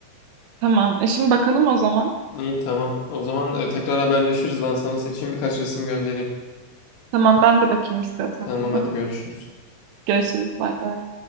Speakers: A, on the right (about 80°); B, on the left (about 80°).
A: Tamam. E şimdi bakalım o zaman.
B: İyi tamam. O zaman e, tekrar haberleşiriz. Ben sana seçeyim birkaç resim göndereyim.
A: Tamam ben de bakayım istiyorsan
B: Tamam
A: sana. <laughs>
B: hadi görüşürüz.
A: Görüşürüz. Bay bay.